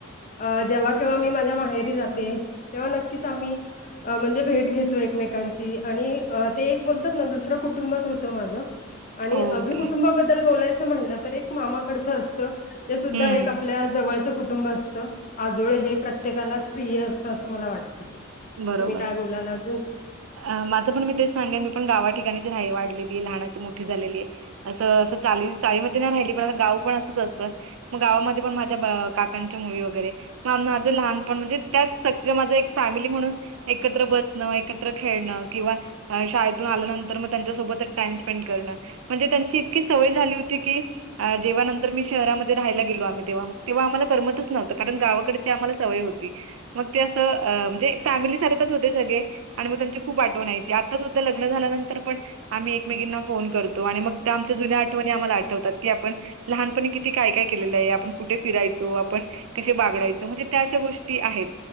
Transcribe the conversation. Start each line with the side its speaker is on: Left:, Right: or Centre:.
Left: अ जेव्हा केव्हा मी माझ्या माहेरी जाते तेव्हा नक्कीच आम्ही अ म्हणजे भेट घेतो एकमेकांची आणि अ ते एक बोलतात ना दुसरं कुटुंबच होतं माझं आणि
Right: ओके.
Left: अजून कुटुंबाबद्दल बोलायचं म्हणलं तर एक मामाकडचं असतं ते सुद्धा
Right: हं.
Left: एक आपल्या जवळचं कुटुंब असतं आजोळे हे प्रत्येकालाच प्रिय असतं असं मला वाटतं.
Right: बरोबर
Left: तुम्ही काय बोलाल अजून
Right: अ माझं पण मी तेच सांगेन मी पण गावा ठिकाणीच राही वाढलेलीये लहानाची मोठी झालेलीये. असं असं चाली चाळी मध्ये नाही राहिली पण गाव पण असंच असतं. म गावामध्ये पण माझ्या बा काकांच्या मुली वगैरे मा माझ लहानपण म्हणजे त्याच सगळ माझं एक फॅमिली म्हणून एकत्र बसणं एकत्र खेळणं किंवा अ शाळेतून आल्यानंतर मग त्यांच्यासोबतच टाइम स्पेंड करणं म्हणजे त्यांची इतकी सवय झाली होती की अ जेव्हा नंतर मी शहरामध्ये राहायला गेलो आम्ही तेव्हा मग तेव्हा आम्हाला करमतच नव्हत कारण गावाकडे ची आम्हाला सवय होती मग ते अस अ म्हणजे फॅमिली सारखच होते सगळे आणि मग त्यांची खूप आठवण यायची आता सुद्धा लग्न झाल्यानंतर पण आम्ही एकमेकींना फोन करतो आणि मग त्या आमच्या जुन्या आठवणी आम्हाला आठवतात की आपण लहानपणी किती काय काय केलेलंय आपण कुठे फिरायचो आपण कसे बागडायचो म्हणजे त्या अशा गोष्टी आहेत